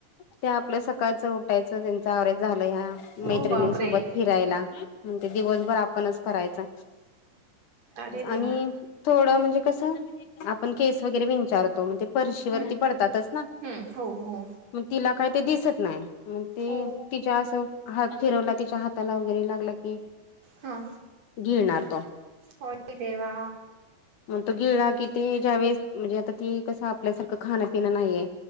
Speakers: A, on the left; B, on the right.
A: त्या आपलं सकाळचं उठायचं त्यांच आवरायवचं झालं ह्या मैत्रिणींसोबत
B: हो बापरे
A: फिरायला म्हण ते दिवसभर आपणच करायचं.
B: अरे देवा
A: आणि थोडं म्हणजे कस आपण केस वगैरे विंचारतो मग फरशी वरती
B: हम्म
A: पडतातच ना
B: हम्म हो हो
A: मग तिला काय ते दिसत नाही मग ते
B: हो
A: तिच्या असं हात फिरवला तिच्या हाताला वगैरे लागला की
B: हा
A: घेणार तो
B: होय देवा
A: मग तो गेला कि ती ज्यावेेळेस म्हणजे आता ती कसं आपल्यासारखं खाणं पिणं नाही आहे.